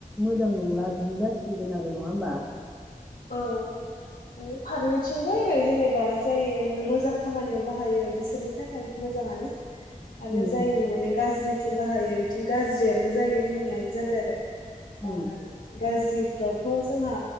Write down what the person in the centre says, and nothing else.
मोजां नंला बिदि जासिगोन आरो नङा ओमबा?
उम
उम